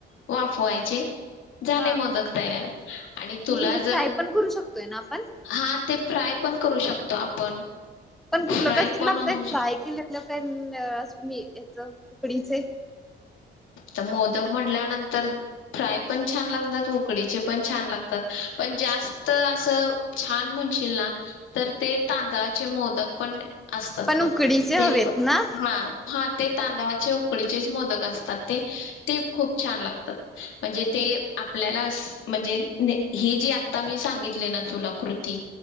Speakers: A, on the left (about 80°); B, in the centre.
A: वाफवायचे झाले
B: हा
A: मोदक तयार आणि तुला
B: हे फ्राय
A: जर
B: पण करू शकतोय ना आपण
A: हा ते फ्राय पण करू शकतो आपण
B: पण कुठलं
A: फ्राय
B: कसल
A: पण
B: लागतंय
A: होऊ
B: फ्राय केलेलं. <unintelligible> मी हेच उकडीचे
A: त मोदक म्हटल्यानंतर फ्राय पण छान लागतात, उकडीचे पण छान लागतात, पण जास्त असं छान म्हणशील ना तर ते तांदळाचे मोदक पण असतात
B: पण
A: बघ
B: उकडीचे
A: ते
B: हवेत
A: प
B: ना
A: हा हा ते तांदळाचे उ उकडीचेच मोदक अस तात ते ते खूप छान लागतात म्हणजे ते आपल्याला अस म्हणजे ने हे जे आता मी सांगितले ना तुला कृती